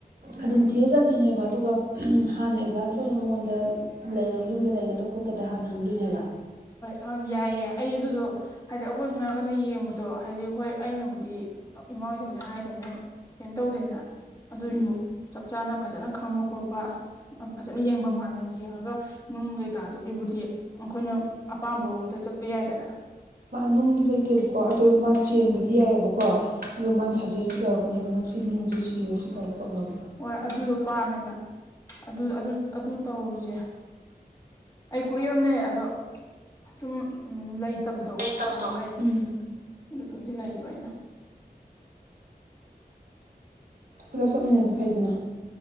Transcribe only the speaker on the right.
ꯑꯗꯨꯝ ꯊꯤꯔ ꯆꯠꯇꯣꯏꯅꯦꯕ ꯑꯗꯨꯒ ꯍꯥꯟꯅ ꯑꯦꯗꯚꯥꯟꯁ ꯑꯣꯏꯅ ꯃꯉꯣꯟꯗ ꯌꯨꯝꯗ ꯂꯩꯒꯔ ꯀꯣꯠꯀꯗ ꯍꯥꯟꯅ ꯍꯪꯗꯣꯏꯅꯦꯕ
ꯎꯝ
ꯅꯨꯡꯗꯤ ꯂꯩꯇꯦꯕꯀꯣ ꯑꯗꯣ ꯃꯥ ꯆꯦꯟꯕꯗꯤ ꯌꯥꯏꯑꯕꯀꯣ ꯑꯗꯣ ꯃꯥꯅ ꯁꯖꯦꯁꯇꯤ ꯇꯧꯔꯛꯀꯅꯦꯕ ꯅꯪ ꯁꯤ ꯅꯨꯡꯁꯤ ꯁꯤꯌꯣ ꯁꯤ ꯇꯧ ꯈꯣꯠꯅꯧꯅꯦ
ꯂꯩꯇꯕꯗꯣ
ꯎꯝ
ꯄꯨꯂꯞ ꯆꯞꯃꯤꯟꯅꯔꯗꯤ ꯐꯩꯗꯅ